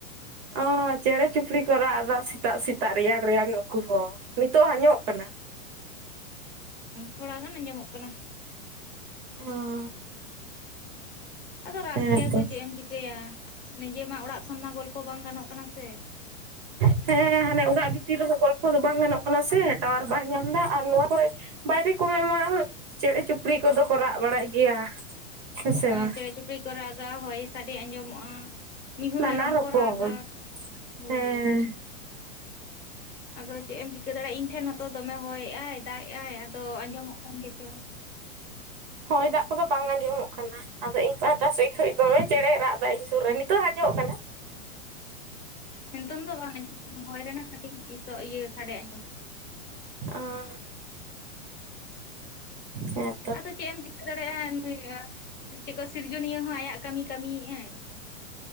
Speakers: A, on the right; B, on the left.
A: ᱚ ᱪᱮᱬᱮ ᱪᱩᱯᱲᱤ ᱠᱚ ᱨᱟᱜ ᱮᱫᱟ ᱥᱮᱛᱟᱜ ᱥᱮᱛᱟᱜ ᱨᱮᱭᱟᱲ ᱨᱮᱭᱟᱱ ᱩᱠᱩ ᱦᱚᱸ, ᱱᱤᱛᱚᱜ ᱦᱚᱸ ᱟᱸᱡᱚᱢᱚᱜ ᱠᱟᱱᱟ?
B: ᱛᱷᱚᱲᱟ ᱜᱟᱱ ᱟᱸᱡᱚᱢᱚᱜ ᱠᱟᱱᱟ᱾
A: ᱚᱻ
B: ᱟᱫᱚ ᱨᱟᱜ
A: ᱦᱮᱸᱛᱚ
B: ᱜᱮᱭᱟ ᱠᱚ ᱪᱮᱫ ᱮᱢ ᱪᱤᱠᱟᱹᱭᱟ ᱱᱤᱡᱮ ᱢᱟ ᱚᱲᱟᱜ ᱠᱷᱚᱱ ᱢᱟ ᱜᱚᱞᱯᱚ ᱵᱟᱝ ᱜᱟᱱᱚᱜ ᱠᱟᱱᱟ ᱥᱮ᱾
A: ᱦᱮᱸ ᱦᱟᱱᱮ ᱚᱲᱟᱜ ᱵᱷᱤᱛᱤᱨ ᱨᱮᱦᱚᱸ ᱜᱚᱞᱯᱷᱚ ᱫᱚ ᱵᱟᱝ ᱜᱟᱱᱚᱜ ᱠᱟᱱᱟ ᱥᱮ ᱴᱟᱣᱟᱨ ᱵᱟᱭ ᱧᱟᱢ ᱮᱫᱟ ᱟᱨ ᱱᱚᱣᱟ ᱠᱚᱨᱮᱜ ᱵᱟᱭᱨᱮ ᱠᱚᱢᱟᱢᱟ ᱪᱮᱬᱮ ᱪᱩᱯᱲᱤ ᱠᱚᱫᱚ ᱠᱚ ᱨᱟᱜ ᱵᱟᱲᱟᱭ ᱜᱮᱭᱟ᱾ ᱦᱮᱸᱥᱮ
B: ᱦᱮᱸ
A: ᱵᱟᱝ
B: ᱪᱮᱬᱮ ᱪᱩᱯᱲᱤ ᱠᱚ ᱨᱟᱜᱟ ᱦᱚᱭ ᱥᱟᱰᱮ ᱟᱸᱡᱚᱢᱚᱜᱼᱟ᱾ ᱢᱤᱦᱩ
A: ᱱᱟᱱᱟ
B: ᱢᱮᱨᱚᱢ
A: ᱨᱚᱠᱚᱢ
B: ᱠᱚ ᱨᱟᱜᱟ ᱦᱳᱭ
A: ᱦᱮᱸ
B: ᱟᱫᱚ ᱪᱮᱫ ᱮᱢ ᱪᱤᱠᱟᱹ ᱫᱟᱲᱮᱭᱟᱜᱼᱟ᱾ ᱤᱧ ᱴᱷᱮᱱ ᱦᱚᱸᱛᱚ ᱫᱚᱢᱮ ᱦᱚᱭᱮᱜᱼᱟᱭ ᱫᱟᱜ ᱮ ᱟᱭ ᱟᱫᱚ ᱟᱸᱡᱚᱢᱚᱜ ᱠᱟᱱ ᱜᱮ ᱪᱚ
A: ᱦᱚᱭ ᱫᱟᱜ ᱠᱚᱫᱚ ᱵᱟᱝ ᱟᱸᱡᱚᱢᱚᱜ ᱠᱟᱱᱟ᱾ ᱟᱫᱚ ᱤᱧ ᱯᱟᱦᱴᱟ ᱥᱮᱫ ᱠᱷᱚᱡ ᱫᱚ ᱫᱚᱢᱮ ᱪᱮᱬᱮᱭ ᱨᱟᱜ ᱮᱫᱟ ᱤᱧ ᱥᱩᱨ ᱨᱮ, ᱱᱤᱛᱚᱜ ᱦᱚᱸ ᱟᱸᱡᱚᱢᱚᱜ ᱠᱟᱱᱟ᱾
B: ᱱᱤᱛᱚᱝ ᱫᱚ ᱵᱟᱝ ᱟᱸᱡᱚᱢ ᱠᱟᱱᱟ ᱦᱚᱭ ᱨᱮᱱᱟᱜ ᱠᱟᱹᱴᱤᱡ ᱤᱥ ᱤᱭᱟᱹ ᱥᱟᱰᱮ ᱟᱸᱡᱚᱢᱼᱟ
A: ᱟᱨ ᱦᱮᱸ
B: ᱟᱫᱚ ᱪᱮᱫ ᱮᱢ ᱪᱤᱠᱟᱹ ᱫᱟᱲᱮᱭᱟᱜᱼᱟ᱾ ᱱᱩᱭ ᱟ ᱪᱮᱫ ᱠᱚ ᱥᱤᱨᱡᱚᱱᱤᱭᱟᱹ ᱦᱚᱸ ᱟᱭᱟᱜ ᱠᱟᱹᱢᱤᱭ ᱠᱟᱹᱢᱤᱭᱮᱫᱼᱟᱭ᱾